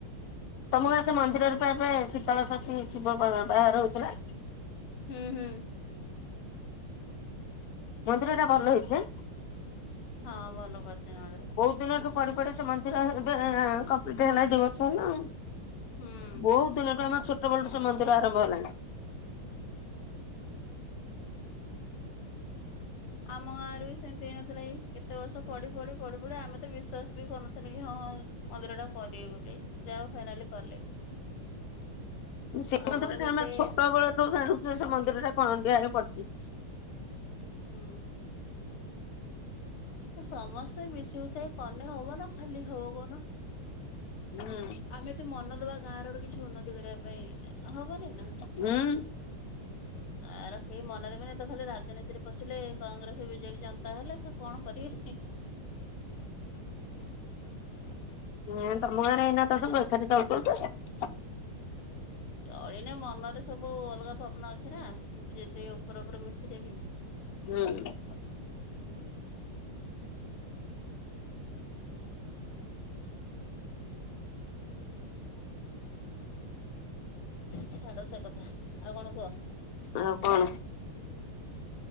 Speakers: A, on the left; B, on the left.
A: ତମ ଗାଁ ସେ ମନ୍ଦିରରେ ପା ଏବେ ଶୀତଳ ଷଷ୍ଠୀ ଶିବ ବା ବାହାର ହଉଥିଲା।
B: ହୁଁ ହୁଁ।
A: ମନ୍ଦିରଟା ଭଲ ହେଇଛି ଆଁ?
B: ହଁ ଭଲ କରିଛନ୍ତି ମନ୍ଦିରଟା।
A: ବହୁତ ଦିନଠୁ ପଡି ପଡି ସେ ମନ୍ଦିର ଏବେ-ଏ-ଏ କଂପ୍ଲିଟ୍ ହେଲାଣି ଦି ବର୍ଷ ହେଲା।
B: ହୁଁ।
A: ବହୁତ ଦିନଠୁ ଆମର ଛୋଟବେଳଠୁ ସେ ମନ୍ଦିର ଆରମ୍ଭ ହେଲାଣି।
B: ଆମ ଗାଁଆରେ ବି ସେମିତି ହେଇନଥିଲା ଏଇ କେତେ ବର୍ଷ ପଡି-ପଡି-ପଡି-ପଡି ଆମେ ତ ବିଶ୍ଵାସ ବି କରୁ ନଥିଲୁ କି ହଁ ହଁ ମନ୍ଦିରଟା କରିବେ ବୋଲି ଯାହାହେଉ ଫାଇନାଲି କଲେ।
A: ଉଁ ସେ
B: ଆମର
A: ମନ୍ଦିରଟା
B: କେତେ
A: ଆମେ ଛୋଟ ବେଳଠୁ ଜାଣୁଛୁ ସେ ମନ୍ଦିରଟା ଖଣ୍ଡିଆ ହେଇ ପଡିଛି।
B: ହୁଁ। ତ ସମସ୍ତେ ମିଶି ମୁଶାକି କଲେ ହବ ନା ଖାଲି ହବ କଉନ?
A: ହୁଁ।
B: ଆମେ ତ ମନ ଦବା ଗାଁଆର ଗୋଟେ କିଛି ଉନ୍ନତି କରିବା ପାଇଁ, ହବନି ନା?
A: ହୁଁ
B: ଗାଁଆର କେହି ମନ ଦେବେନି ତ ଖାଲି ରାଜନୀତିରେ ପଶିଲେ କଂଗ୍ରେସ ବିଜେଡି ଜନତା ହେଲେ ସେ କଣ କରିବେ ହିଁ ହିଁ।
A: ମେନ୍ ତମ ଗାଁରେ ଏଇନା ତ ସବୁ ଏକାଠି ଚଳୁଛନ୍ତି ଆଉ କଣ।
B: ଚଳିନେ ମନରେ ସବୁ ଅଲଗା ଭାବନା ଅଛି ନା ଯେତେ ଉପର ଉପର ମିଶିଲେବି।
A: ହୁଁ।
B: ହୁଁ। ଛାଡ଼ ସେ କଥା ଆଉ କଣ କୁହ।
A: ଆଉ କଣ।